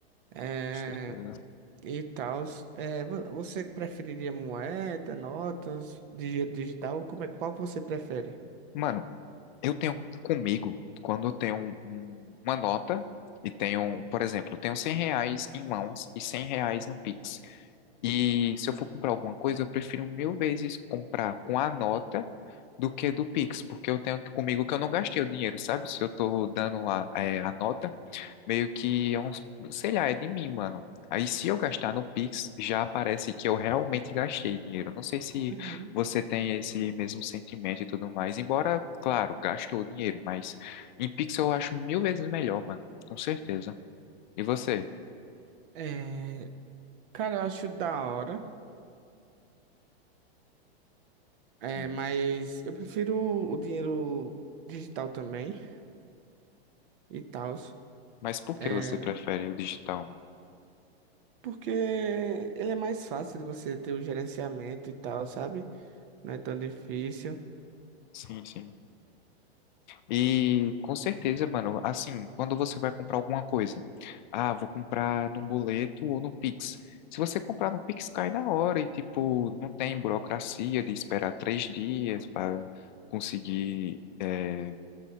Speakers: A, on the right; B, on the left.
A: É...
B: com certeza.
A: E tal. Você preferiria moeda, notas, dinheiro digital? Como é... Qual que você prefere?
B: Mano, eu tenho comigo, quando eu tenho um- um- uma nota e tenho, por exemplo, eu tenho 100 reais em mãos e 100 reais no Pix. E se eu for comprar alguma coisa, eu prefiro mil vezes comprar com a nota do que do Pix, porque eu tenho comigo que eu não gastei o dinheiro, sabe? Se eu tô dando a, é, a nota, meio que é um, sei lá, é de mim, mano. Aí se eu gastar no Pix, já aparece que eu realmente gastei dinheiro. Não sei se
A: Uhum.
B: você tem esse mesmo sentimento e tudo mais. Embora, claro, gastou dinheiro, mas em Pix eu acho mil vezes melhor, mano. Com certeza. E você?
A: É... Cara, eu acho da hora. É...
B: Hum.
A: Mas eu prefiro o dinheiro digital também. E tal.
B: Mas por que
A: É...
B: você prefere o digital, mano?
A: Porque ele é mais fácil de você ter o gerenciamento e tal, sabe? Não é tão difícil.
B: Sim, sim. E com certeza, mano, assim, quando você vai comprar alguma coisa, ah, vou comprar no boleto ou no Pix. Se você comprar no Pix, cai na hora e, tipo, não tem burocracia de esperar três dias para conseguir eh,